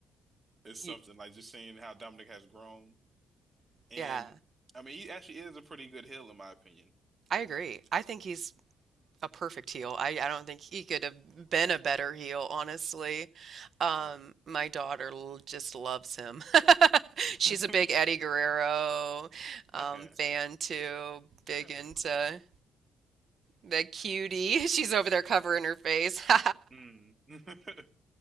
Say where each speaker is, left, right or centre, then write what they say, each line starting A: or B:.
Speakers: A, on the right; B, on the right.
A: It's something
B: Y-
A: like just seeing how Dominic has grown. And
B: Yeah,
A: I mean, he actually is a pretty good heel, in my opinion. <clears throat>
B: I agree. I think he's a perfect heel. I, I don't think he could have been a better heel, honestly. Um,
A: Yeah.
B: my daughter l- just loves him. <laughs>
A: <laughs>
B: She's a big Eddie Guerrero um,
A: Okay.
B: fan too, big
A: Really?
B: into the cutie. <laughs> She's over there covering her face. <laughs>
A: Mm. <laughs>